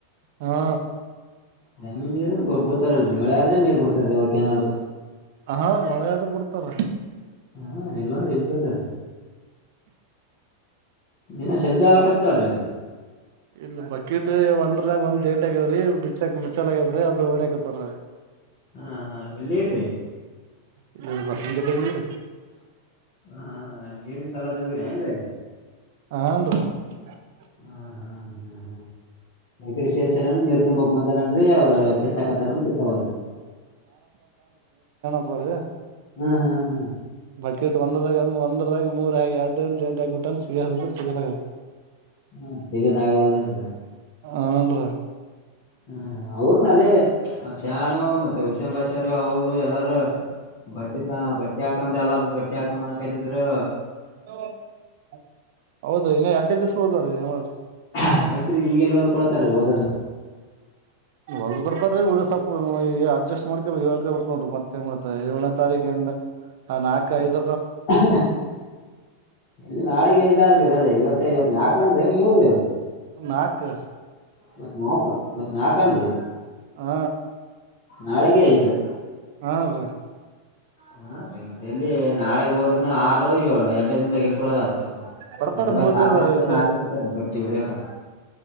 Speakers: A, on the right; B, on the left.
A: ಹಾ
B: ಡೇಮ್ ನೀರ ಬಿಡ್ತಾರಲ್ರರಿ ಮಳೆ ಆದ್ರೆ ನೀರ್ ಬಿಡ್ತಾರೀ ಅವ್ರ ಕೆನಾಲಕ್
A: ಹ ಮಳೆ ಆದ್ರ ಬಿಡ್ತಾರ
B: ಹ ಇಲ್ಲ ಅಂದ್ರ ಇಲ್ ಬಿಡ್ತಾರೀ ಏನೂ ಶಬ್ದಾವಾ ಕತಲ್ಲ ರಲಿ
A: ಇಲ್ಲಿ ಬಕೆಟ್ ಒಂದ್ರಾಗ ಒಂದ ಗೇಂಟಗವ್ರಿ ಬಿಚ್ಚಕ್ ಬಿಚ್ಚಗದ್ರ ಅದು ಓಡ <unintelligible>
B: ಹಾ ಹಾ ಎಲ್ಲಿರಿ
A: ಇ ಬಸಂತ ಟೇಮೂರ
B: ಹಾ ಹಾ ಅಲ್ಲಿ ನೀರಿನ್ ಸಲದ ಹಗ್ರ ಏನ್ರೀ
A: ಹಾ <unintelligible>
B: ಹಾ ಹಾ್ ಹಾ್ ಹ್ಮ್ ಮೈ ಕಡೆ ಸೇರ್ಸಾರನ್ ನೀರ್ ತುಂಬಕ್ ಬಂದಾರನ್ರರಿ ಅವ್ರ ಕಿತ್ತಾಕತ್ತಾರನ್ ಕಿತ್ತಾವಲ್
A: ಬೆಯ <unintelligible>
B: ಹ್ಮ್ ಹ್ಮ್ ಹ್ಮ್
A: ಬಕೆಟ್ ಒಂದದಾಗ ಒಂದದಾಗ ಮೂರಿ ಎರಡ್ ಜಂಟಿ ಆಗ್ಬಿಟ್ಟ ಸಿಗದಾಗೆಲ್ಲ ಸಿಗದಾಗೆಲ್ಲ
B: ಹ ತೆಗದ ಆಗವಲ್ಲ ಎಡು
A: ಹನ್ರಾ
B: ಹ ಅವ್ರನು ಅದೇ ಶಾಣು ಮತ್ತೆ ಹುಷಂ ಬಷರು ಅವರು ಎಲ್ಲಾರ ಬಟ್ಟೆ ತ ಬಟ್ಟೆ ಹಾಕಂಬ್ರಿ ಎಲ್ಲ ಬಕ್ ಬಟ್ಟೆ ಹಾಕನ ಕಟ್ಟಿದ್ರು
A: <unintelligible> ಹೌದು ಇನ್ನು ಎರಡು ದಿಸ <unintelligible>
B: ಆಯ್ತ್ರಿೀ ಈಗೆಲ್ವಲ್ ಕೊಡ್ತಾರ ಹೋದ್ರನ್ನ
A: ಒಲ್ದ್ ಕೊಡ್ತಾರ್ರೀ ಸ್ವಪ ಅಡ್ಜಸ್ಟ್ ಮಾಡ್ಕ ಇ ನೋಡ್ರಿ ಮತ್ತೇ ಮಾಡ್ತ ಏನ ತಾರೀಕ ಎಂಡ್ ನಾಕಕ್ ಐದ
B: <unintelligible> ಎಲ್ಲಿ ನಾಳೆಗೆ ಐದಾದ್ರರು ಇರದೆೇ ಇವತ್ತ ಇವತ್ತು ನಾಲ್ಕನ್ ಮೂರ ಇವತ್ತು
A: ನಾಲ್ಕು
B: ಇವತ್ ನಾಕ ಇವತ್ ನಾಲ್ಕನ್ ರೀ
A: ಹಾ
B: ನಾಳೆಗೆ ಐದು
A: ಹಾ ರಿ
B: ಹಾ ಮತ್ತೆ ಎಲ್ಲಿ ನಾಳಗ್ ಹೋದ್ರೂ ಆರು ಏಳು ಎಡ್ಡ ದಿಂದ ಕೊಡೋದತ್ರಿ ಅವ್ರು
A: ಕೊಡ್ತಾರ
B: ಅದ್ರಾಗ
A: ಮೂರ್
B: ಸಾಕಷ್ಟು
A: ದಿನ
B: ಜನ
A: ಇದು
B: ಆಯತಿರ್ತಾರೆ ಬಟ್ ಎಳೆಯಕ್ಕ